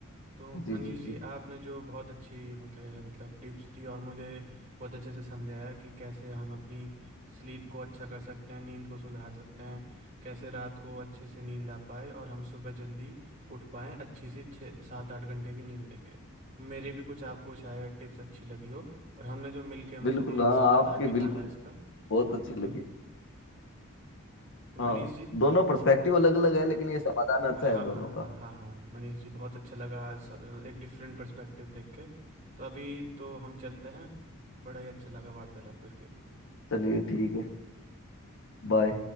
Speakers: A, on the right; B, on the left.
A: तो
B: जी
A: मनीष
B: जी
A: जी
B: जी
A: आपने जो बहुत अच्छी मतलब मतलब टिप्स दी और मुझे बहुत अच्छे से समझाया कि कैसे हम अपनी स्लीप को अच्छा कर सकते हैं नींद को सुधार सकते हैं कैसे रात को अच्छे से नींद आ पाए और हम सुबह जल्दी उठ पाएँ अच्छी सी छः सात आठ घंटे की नींद लेके मेरे भी कुछ आपको शायद टिप्स अच्छी लगी हो और हमने जो मिलके
B: बिल्कुल
A: मतलब ये एक
B: हाँ
A: समाधान
B: आपकी
A: निकाला
B: बिल्कुल
A: है इसका
B: बहुत अच्छी
A: बिल्कुल
B: लगी
A: तो मनीष
B: हाँ
A: जी
B: दोनों पर्सपेक्टिव अलग अलग है लेकिन ये समाधान अच्छा
A: हाँ
B: है दोनों
A: हाँ हाँ
B: का
A: हाँ हाँ मनीष जी बहुत अच्छा लगा स- एक डिफरेंट पर्सपेक्टिव देख के तो अभी तो हम चलते हैं बड़ा ही अच्छा लगा वार्तालाप करके
B: चलिए ठीक है बाय